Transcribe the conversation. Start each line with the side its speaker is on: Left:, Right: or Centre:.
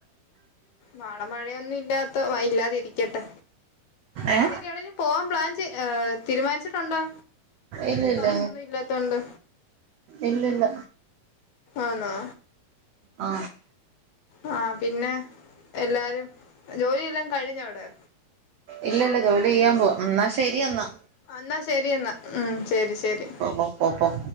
Left: നാളെ മഴയൊന്നും ഇല്ലാത്ത ഇല്ലാതിരിക്കട്ടെ നാളിനിന
Right: ഏ
Left: എവിടെലും പോവാൻ പ്ലാൻ ചെയ തീരുമാനിച്ചിട്ടുണ്ടോ
Right: ഇല്ല ഇല്ല
Left: പാസൊന്നും ഇല്ലാത്തോണ്ട്
Right: ഇല്ല ഇല്ല
Left: ആനോ
Right: ആ..
Left: ആ! പിന്നെ എല്ലാരും ജോലില്ലാം കഴിഞ്ഞ അവിടെ
Right: ഇല്ല ഇല്ല ജോലി ചെയ്യാൻ പോവാ എന്നാ ശരി എന്നാ.
Left: എന്നാ ശരി എന്നെന്നാ ഉം ശരി ശരി
Right: പോ പോ പോ പോ